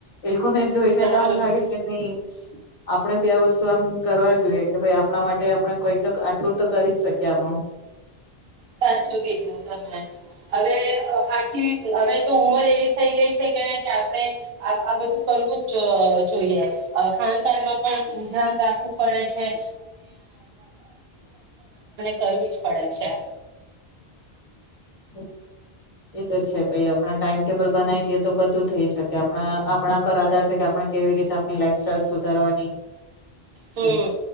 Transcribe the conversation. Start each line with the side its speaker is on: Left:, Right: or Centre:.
Left: એ લોકોને જોઈને
Right: હમ
Left: તો આમ લાગે કે નહી આપણેે ભી આ વસ્તુ આમ કરવા જોઈએ કે ભાઈ આપણા માટે આપણે કોઈ આટલું તો કરી જ શકીએ આપણું
Right: સાચુ કીધુ તમે હવે આખી હવે તો ઉમર એવી થઈ ગઈ છે કે આપણે આ બધું કરવું જોઈએ <unintelligible> ધ્યાન રાખવું પડે છે <unintelligible> કરવી જ પડે છે
Left: હમ એ તો છે ભાઈ આપણા ટાઈમ ટેબલ બનાવી દેએ તો બધું થઈ શકે આપણા આપણા પર આધાર છે કે આપણે કેવી રીતે આપણી લાઈફ સ્ટાઈલ સુધારવાની
Right: હમ
Left: એમ